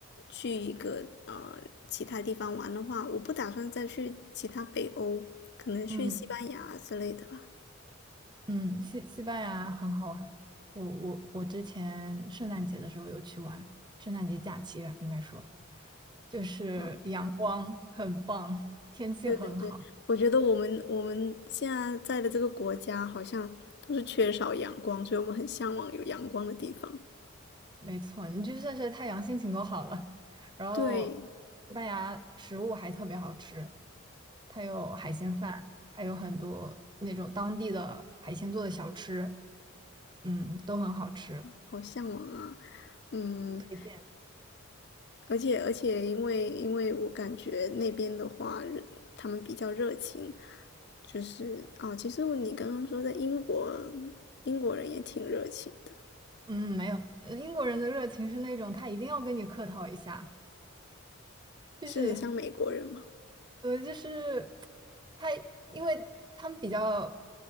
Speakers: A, on the left (about 50°); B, on the right (about 20°).
A: 去一个呃其他地方玩的话，我不打算再去其他北欧，可能去西班牙之类的吧。
B: 嗯嗯，西西班牙很好玩，我我我之前圣诞节的时候有去玩，圣诞节假期吧，应该说，就是阳光很棒，
A: 啊，
B: 天气很好。
A: 对对，我觉得我们我们现在在的这个国家好像都是缺少阳光，所以我们很向往有阳光的地方。
B: 没错，你去晒晒太阳，心情都好了。然后，
A: 对，
B: 西班牙食物还特别好吃，它有海鲜饭，还有很多那种当地的海鲜做的小吃，嗯，都很好吃，
A: 好向往啊。嗯，
B: 推荐。
A: 而且而且，因为因为我感觉那边的话，他们比较热情，就是哦，其实你刚刚说在英国，英国人也挺热情的，
B: 嗯，没有，呃英国人的热情是那种他一定要跟你客套一下，就是
A: 是很像美国人嘛，
B: 呃，就是他，因为他们比较